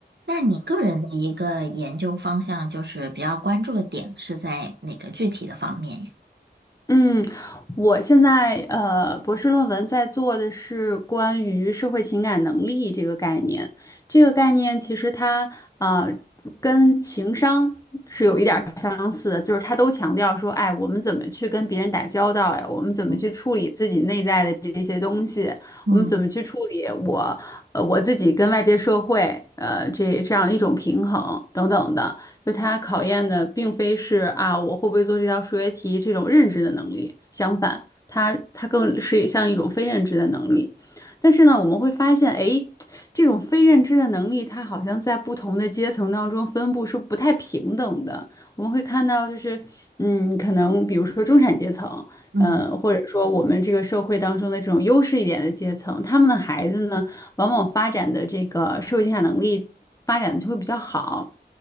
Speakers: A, on the right; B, on the left.
A: 那你个人的一个研究方向，就是比较关注的点是在哪个具体的方面呀？
B: 嗯，我现在呃，博士论文在做的是关于社会情感能力这个概念。这个概念其实它呃跟情商是有一点儿相似的，就是它都强调说，哎，我们怎么去跟别人打交道呀？我们怎么去处理自己内在的这些东西？
A: 嗯嗯
B: 我们怎么去处理我呃我自己跟外界社会呃这这样一种平衡等等的。就它考验的并非是啊我会不会做这道数学题这种认知的能力，相反，它它更是像一种非认知的能力。但是呢，我们会发现，哎，这种非认知的能力，它好像在不同的阶层当中分布是不太平等的。我们会看到，就是嗯，可能比如说中产阶层。
A: 嗯，
B: 呃，或者说我们这个社会当中的这种优势一点的阶层，他们的孩子呢，往往发展的这个社会竞赛能力发展的就会比较好。